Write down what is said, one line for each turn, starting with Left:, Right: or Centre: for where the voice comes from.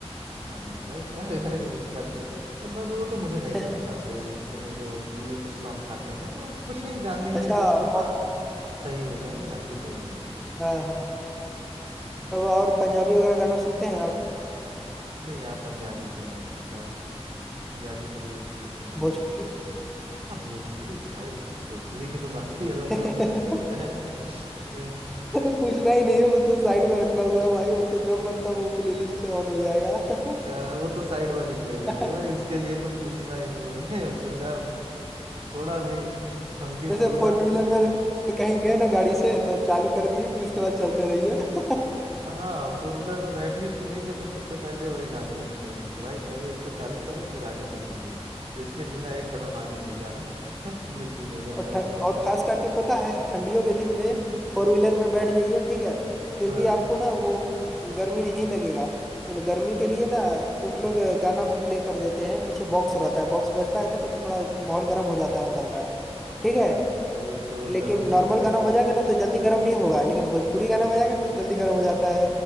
Right: हाँ भाई क्या <laughs> करें इनका तो बस वो तो मुझे नहीं
Centre: <laughs>
Right: पसंद आते इस समय जो लेटेस्ट सॉन्ग्स आते हैं तो कुछ ही गाने
Centre: अच्छा
Right: हैं जो कि हाँ
Centre: और,
Right: सही हो जाए बाकी तो नहीं
Centre: हाँ हाँ
Right: हम्म,
Centre: तो और पंजाबी वगैरह गाना सुनते हैं आप
Right: नहीं यार पंजाबी तो नहीं सुनता पंजाबी कभी तो सुना नहीं
Centre: भोजपुरी
Right: हाँ भोजपुरी तो भाई भोजपुरी की तो बात ही अलग
Centre: <laughs>
Right: है वो तो सुनते हैं <laughs>
Centre: वो तो पूछना ही नहीं है वो तो साइड में रखा हुआ है भाई वो तो जब मन तब वो प्लेलिस्ट ऑन हो जाएगा <laughs>
Right: अ, वो तो साइड वाली प्लेलिस्ट
Centre: <laughs>
Right: है भाई उसके लिए तो पूछना ही नहीं है <laughs> उसको जब थोड़ा भी फंकी मूड
Centre: जैसे
Right: हुआ
Centre: फोर व्हीलर में कहीं गए ना गाड़ी से तो चालू कर दिए फिर उसके बाद चलते रहिए <laughs>
Right: हाँ फोर व्हीलर में बैठे कि नहीं कि तो सबसे पहले वही गाने लगते हैं कि भाई पहले इसको चालू करो फिर आगे चलेंगे इसके बिना एक कदम आगे नहीं जाना <laughs> ये सीन हो जाता
Centre: और
Right: है
Centre: ठ-
Right: उसमें
Centre: और
Right: तो
Centre: खास करके पता है ठंडियों के दिन में फोर व्हीलर में बैठ जाइए ठीक है फिर
Right: हाँ
Centre: भी आपको ना वो गर्मी नहीं लगेगा तो गर्मी के लिए ना कुछ लोग गाना प्ले कर देते हैं पीछे बॉक्स रहता है बॉक्स बजता है ना तो थोड़ा माहौल गर्म हो जाता है अंदर का
Right: हाँ
Centre: ठीक
Right: एकदम
Centre: है
Right: भाई वो तो
Centre: लेकिन
Right: गर्म ही
Centre: नॉर्मल
Right: हो जाएगा
Centre: गाना बजाएंगे ना तो जल्दी गर्म नहीं होगा लेकिन भोजपुरी गाना बजाएंगे ना तो जल्दी गर्म हो जाता